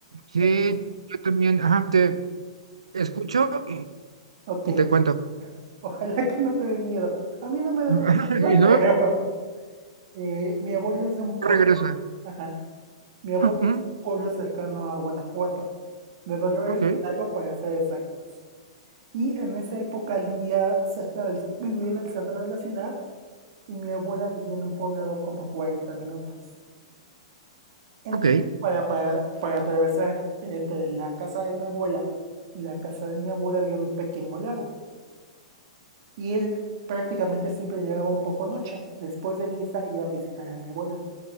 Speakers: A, on the right; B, on the right.
A: Sí,
B: Él es-
A: yo también, ajá, te escucho y,
B: ok,
A: y te
B: <laughs>
A: cuento.
B: ojalá que no te dé miedo. A mí no me da
A: <laughs>
B: tanto miedo,
A: Y no,
B: pero <laughs> eh, mi abuelo es de un pueblo.
A: regresa.
B: ajá, Mi
A: <laughs>
B: abuelo es un pueblo cercano a Guanajuato, de Dolores
A: Ok,
B: Hidalgo para ser exactos. Y en esa época él vivía cerca del, vivía en el centro de la ciudad y mi abuela vivía en un poblado como a 40 minutos. Entonces,
A: ok,
B: para, para, para atravesar entre la casa de mi abuela y la casa de mi abuela había un pequeño lago. Y él prácticamente siempre llegaba un poco noche. Después de misa iba a visitar a mi abuela.